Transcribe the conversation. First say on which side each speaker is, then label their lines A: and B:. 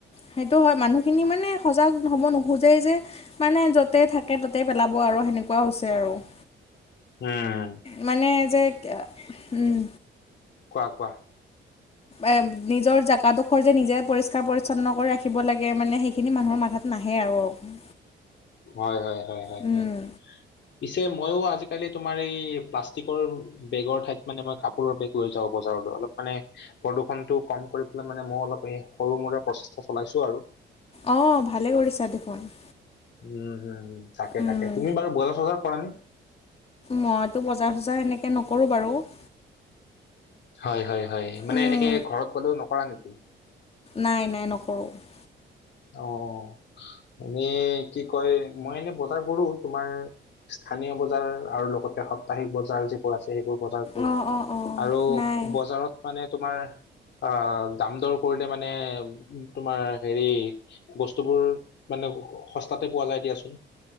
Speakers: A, on the left; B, on the left.
A: সেইটো হয় মানুহখিনি মানে সজাগ হ'ব নোখোজেই যে। <unintelligible> মানে যতেই থাকে ততে পেলাব আৰু সেনেকুৱা হৈছে আৰু। <inaudible>
B: উম। <unintelligible>
A: মানে যে <unintelligible> উম!
B: কোৱা-কোৱা? <unintelligible>
A: এ নিজৰ জেগা ডোখৰ যে নিজে পৰিষ্কাৰ-পৰিচ্ছন্ন কৰি ৰাখিব লাগে মানে সেইখিনি মানুহৰ মাথাত <unintelligible> নাহে আৰু। <unintelligible>
B: হয়-হয়-হয়-হয়।
A: উম,
B: পিছে মইও আজিকালি তোমাৰ এই প্লাছ <inaudible> যি কৰোঁ বেগৰ ঠাইত মানে মই কাপোৰৰ বেগ লৈ যাওঁ বজাৰলৈ অলপ মানে <unintelligible> প্ৰদূষণটো কম কৰি পেলাই মানে মই অলপ সৰু মূৰে প্ৰচেষ্টা চলাইছো আৰু। <unintelligible>
A: অঁ! ভালে কৰিছা দেখোন। <inaudible>
B: উম! হুম-হুম, তাকে-তাকে।
A: উম,
B: তুমি বাৰু বজাৰ-চজাৰ কৰা নে? <unintelligible>
A: মইতো বজাৰ-চজাৰ এনেকে নকৰোঁ বাৰু। <unintelligible>
B: হয়-হয়-হয়। মানে
A: উম,
B: এনেকে ঘৰত গলেও নকৰা নেকি? <inaudible>
A: নাই-নাই, নকৰোঁ। <inaudible>
B: অঁ! এনেই কি কয় মই এনে বজাৰ কৰোঁ তোমাৰ। <inaudible> স্থানীয় বজাৰ আৰু লগতে সাপ্তাহিক বজাৰ যি <unintelligible> যিবোৰ আছে সেইবোৰ বজাৰ কৰোঁ
A: অঁ অঁ অঁ
B: আৰু
A: নাই
B: বজাৰত মানে তোমাৰ <unintelligible> অ দাম-দৰ কৰিলে মানে তোমাৰ হেৰি বস্তুবোৰ মানে সস্তাতে পোৱা যায় দিয়াচোন